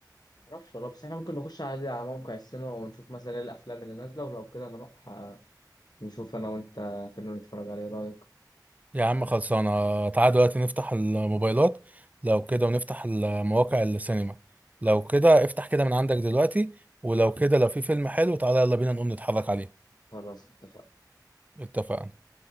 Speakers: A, on the left; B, on the right.
A: معرفش والله بس احنا ممكن نخش عادي على موقع السينما ونشوف مثلا ايه الافلام اللي نازلة ولو كده نروح آه، نشوف انا وانت فيلم نتفرج عليه إيه رأيك
B: يا عم خلصانة تعال دلوقتي نفتح الموبايلات لو كده ونفتح المواقع السينما لو كده افتح كده من عندك دلوقتي ولو كده لو في فيلم حلو تعالى يلا بينا نقوم نتحرك عليه
A: خلاص اتفقنا
B: اتفقنا